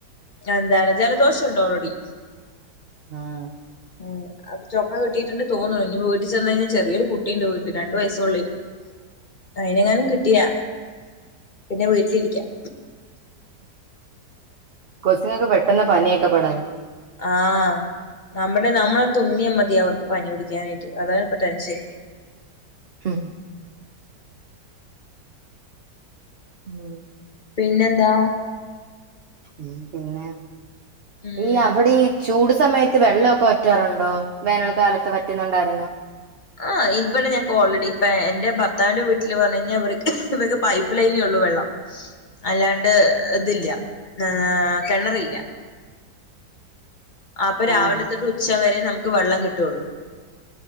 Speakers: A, on the left; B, on the right.
A: എന്താണ്- ജലദോഷം ഒണ്ട് ഓൾറെഡി
B: ആഹ്
A: ആഹ് അപ്പൊ ചൊമ കിട്ടിട്ടിണ്ട് തോന്നണു ഇനി വീട്ടി ചെന്ന് കഴിഞ്ഞാ ചെറിയൊരു കുട്ടിയുണ്ട് വീട്ടി രണ്ടു വയസേ ഉള്ളൂ അയിനെങ്ങാനും കിട്ടിയാ- പിന്നെ വീട്ടിലിരിക്കാം
B: കൊച്ചുങ്ങക്ക് പെട്ടെന്ന് ആ പനിയൊക്കെ പടരും
A: ആ നമ്മുടെ നമ്മളൊന്ന് തുമ്മിയ മതി അവർക്ക് പനി പിടിക്കാനായിട്ട് അതാണ് ഇപ്പൊ ടെൻഷൻ
B: ഉം ഉം
A: പിന്നെന്താ
B: ഉം പിന്നെ
A: ഉം
B: ഈ അവിടെ ഈ ചൂട് സമയത്ത് വെള്ളവൊക്കെ വറ്റാറുണ്ടോ വേനൽ കാലത്ത് വറ്റുന്നുണ്ടായിരുന്നോ
A: <inaudible> ആ ഇവിടെ ഞങ്ങക്ക് ഓൾറെഡി ഇപ്പ എന്റെ ഭർത്താവിന്റെ വീട്ടിൽ പറഞഴിഞ്ഞാൽ ഇർക്ക് ഇവർക്ക് പൈപ്പ് ലൈനേ ഉള്ളൂ വെള്ളം അല്ലാണ്ട് ഇതില്ല ആ കിണറില്ല ആ അപ്പൊ രാവില
B: ആഹ്
A: തൊട്ട് ഉച്ച വരെ നമുക്ക് വെള്ളം കിട്ടുള്ളൂ